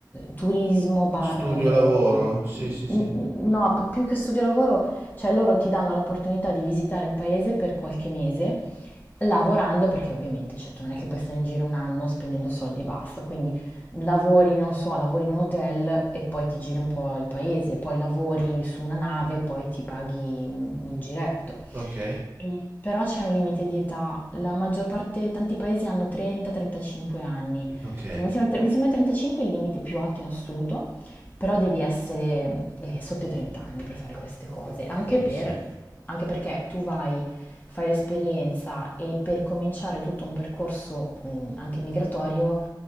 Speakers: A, on the left; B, on the right.
A: turismo barra
B: Studio
A: lavoro?
B: lavoro? Sì, sì, sì.
A: Mm, No, più che studio lavoro, cioè loro ti danno l'opportunità di visitare il paese per qualche mese Lavorando perché ovviamente, cioè, tu non è che puoi stare in giro un anno spendendo soldi e basta, quindi lavori, non so, lavori in un hotel e poi ti giri un po' il paese, poi lavori su una nave e poi ti paghi un, un giretto.
B: Ok,
A: Eh, Però c'è un limite di età, la maggior parte, tanti paesi hanno 30-35 anni,
B: ok.
A: Tre- mi sembra, mi sembra 35 il limite più alto in assoluto, però devi essere eh, sotto i 30 anni per fare queste cose, anche,
B: Eh
A: per-
B: sì.
A: anche perché tu vai, fai l'esperienza e per cominciare tutto un percorso mm, anche migratorio